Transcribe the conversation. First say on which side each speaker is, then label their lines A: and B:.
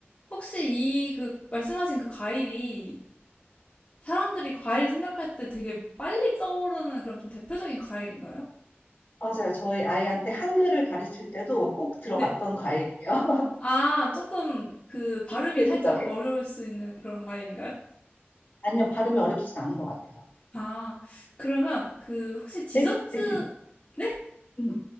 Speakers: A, on the left; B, on the left.
A: 혹시 이, 그, 말씀하신 그 과일이, 사람들이 과일 생각할 때 되게 빨리 떠오르는 그런 좀 대표적인 과일인가요?
B: 맞아요. 저희 아이한테 한글을 가르칠 때도 꼭 들어갔던
A: 네.
B: 과일이에요. <laughs>
A: 아, 조금 그 발음이
B: 대중적인?
A: 살짝 어려울 수 있는 그런 과일인가요?
B: 아니요. 발음이 어렵지도 않은 것 같아요.
A: 아, 그러면 그 혹시 디저트,
B: 되게, 되게,
A: 네?
B: 음.